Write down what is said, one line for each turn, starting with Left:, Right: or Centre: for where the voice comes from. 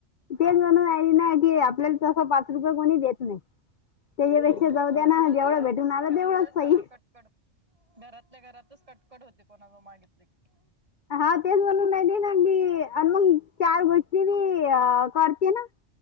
Left: तेच म्हणून आले ना की आपल्याला तस पाच रुपये कोणी देत नाही. त्याच्यापेक्षा
Right: हम्म
Left: जाऊ द्या
Right: घरातल्याच
Left: ना जेवढं
Right: घरात
Left: भेटून आलं
Right: घरातल्याच
Left: तेवढंच सही.
Right: घरात कटकड घरात घरातल्या घरातच कटकट होती कोणा जवळ मागितली की
Left: हा तेच म्हणून नाही दे नाय बी आणि मग चार गोष्टी बी अह करते ना